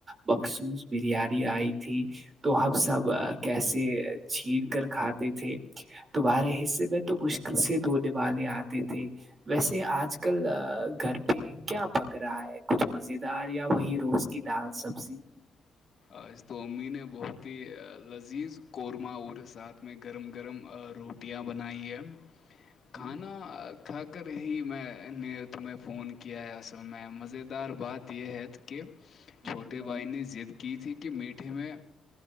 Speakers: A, on the right (about 40°); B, on the left (about 50°).
A: مخصوص بریانی آئی تھی تو ہمب سب کیسے چھیر کر کھاتے تھے توبارہ حصے میں تو مشکل سے دورنے والی آتی تھی ویسے آج کل گھر بھی کیا پک رہا ہے کچھ مز دار یا وہی روز کی دال سبزی
B: آج تو امی نے بہت لذیذ قورمہ اورورے ساتھ میں گرم گرم روح ٹیاں بنائیے
A: واہ
B: کھانا کھا کر ہی میں نے تمہیں فون کیا ہے اصل میں مز دار بات یہ ہت کہ
A: <unintelligible>
B: وہ ان نے ضد کی تھی کہ میٹھے میں